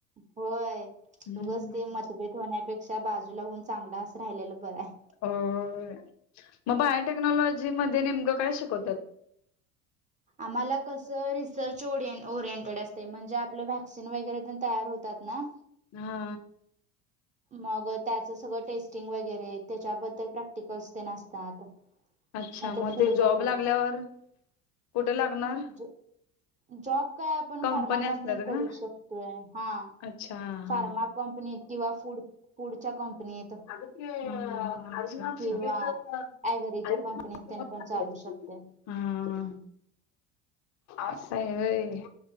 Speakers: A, on the right (about 20°); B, on the left (about 45°).
A: होय.
B: हम्म.
A: उगाच ते मतभेद होण्यापेक्षा बाजूला हून चांगलं असं राहिलेलं बरं आहे.
B: होय. मग बायोटेक्नॉलॉजी मध्ये नेमकं काय शिकवत्यात.
A: आम्हाला कसं रिसर्च ओर ओरिएंटेड असते म्हणजे आपलं व्हॅक्सिन वगैरे पण तयार होतात ना?
B: हा.
A: मग त्याचं सगळं टेस्टिंग वगैरे त्याच्याबद्दल प्रॅक्टिकलस तेन असतात.
B: अच्छा
A: नाही तर
B: मग
A: फूड
B: ते
A: बद्दल
B: जॉब लागल्यावर, कुठ लागणार?
A: ज जॉब काय आपण
B: कंपनी
A: फार्मा
B: असतात
A: कंपनीत करू
B: का?
A: शकतोय, हा.
B: अच्छा हा.
A: फार्मा कंपनीत किंवा फूड फूडच्या कंपनीत.
B: अगं ते <unintelligible>
A: किंवा ऍगरीच्या कंपनीत तेन पण चालू शकतोय.
B: हा असाय वय.